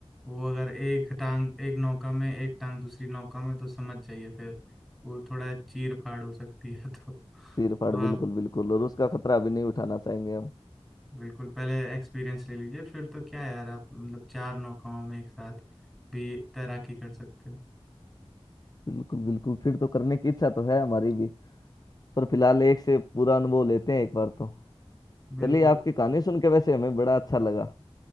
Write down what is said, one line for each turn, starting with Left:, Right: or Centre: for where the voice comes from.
Centre: वो अगर एक टांग एक नौका में एक टांग दूसरी नौका में तो समझ जाइए फिर वो थोड़ा चीर फाड़ हो सकती है <laughs> तो
Left: चीर फाड़
Centre: तो आप
Left: बिल्कुल बिल्कुल और उसका खतरा अभी नहीं उठाना चाहेंगे हम
Centre: बिल्कुल पहले एक्सपीरियंस ले लीजिए फिर तो क्या यार आप मतलब चार नौकाओं में एक साथ भी तैराकी कर सकते हैं
Left: बिल्कुल बिल्कुल फिर तो करने की इच्छा तो है हमारी भी पर फिलहाल एक से पूरा अनुभव लेते हैं एक बार तो
Centre: बिल्कुल
Left: चलिए आपकी कहानी सुन के वैसे हमें बड़ा अच्छा लगा